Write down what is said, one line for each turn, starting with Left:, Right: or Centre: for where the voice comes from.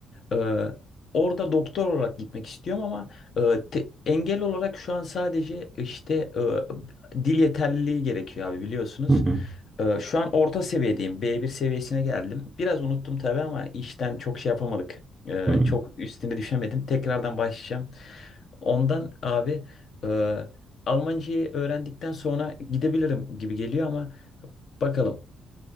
Left: Ee, orada doktor olarak gitmek istiyorum ama e, te- engel olarak şu an sadece işte e, dil yeterliliği gerekiyor abi biliyorsunuz.
Right: hı
Left: Ee, şu an orta seviyedeyim. B1 seviyesine geldim. Biraz unuttum tabii ama işten çok şey yapamadık. Ee,
Right: hı, hı.
Left: çok üstüne düşemedim. Tekrardan başlayacağım. Ondan abi e, Almancayı öğrendikten sonra gidebilirim gibi geliyor ama bakalım.